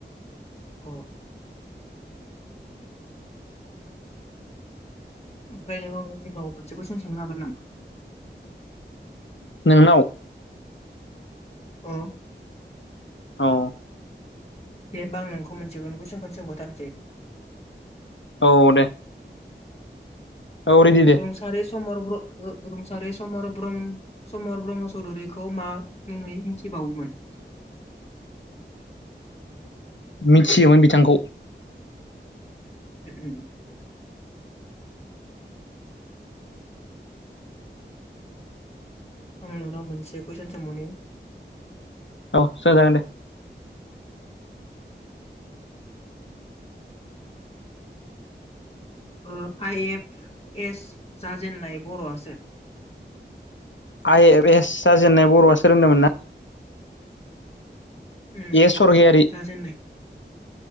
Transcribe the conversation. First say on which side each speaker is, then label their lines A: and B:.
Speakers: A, on the left; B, on the left.
A: औ ओमफ्राय नों आंनाव मोनसे कुइसन सोंनो हागोन नामा?
B: नोंनाव?
A: ओं
B: अ
A: दे होमबा आं नोंखौ मोनसेखौनो कुइसनखौनो सोंबावथारसै
B: औ दे। औ रेदि दे।
A: रुंसारि समर ब्र ओ रुंसारि समर ब्रम समर ब्रह्म चौधुरिखौ मा मुङै मिथि बावोमोन?
B: <inaudible> मिथियोमोन बिथांखौ।
A: <inaudible> आं नोंनाव मोनसे कुइसन सोंबावनि
B: औ सोंजागोन दे।
A: उम आइएफ एस जाजेननाय बर'आ सार?
B: आइ एफ एस जाजेनन्नाय बर'आ सोर होनदोंमोन ना?
A: उम
B: ए सरगियारि
A: जाजेनाय।